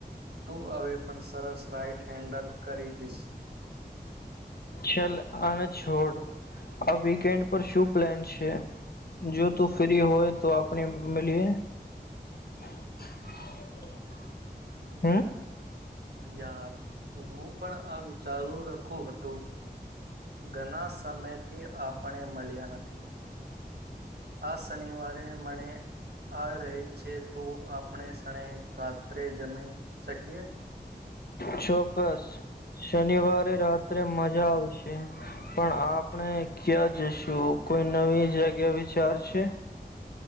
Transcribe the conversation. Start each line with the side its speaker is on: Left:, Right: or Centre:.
Right: તું હવે પણ સરસ રાઈટ હેન્ડલ કરી લેશ.
Left: ચલ, આને છોડ. આ વીકેન્ડ પર શું પ્લાન છે? જો તું ફ્રી હોય તો આપણે મલીએ. <unintelligible> હમ
Right: હા. યાર, હું પણ. આ વિચારું રખું હતું, ઘણા સમયથી આપણે મળ્યા નથી. આ શનિવારે મને. આ રહે છે તો આપણે. અને રાત્રે જમી શકીએ.
Left: છો. બસ, શનિવારે રાત્રે મજા આવશે. પણ આપણે ક્યાં જશું? કોઈ નવી જગ્યા વિચાર છે?